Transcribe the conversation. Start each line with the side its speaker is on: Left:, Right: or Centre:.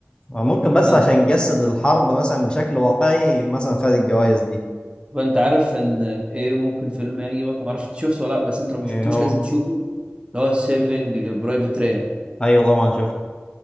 Left: ممكن بس
Right: بنت
Left: عشان يجسد الحرب مثلا بشكل واقعي مثلا خد الجوائز دي
Right: بنت عارف ان ايه ممكن فيلم يعجبك ما اعرفش انت شفته ولا لا بس انت لو ما
Left: إيه
Right: شفتوش
Left: هو
Right: لازم تشوفه اللي هو سيفنج برايفت ريان
Left: ايوه طبعا شفته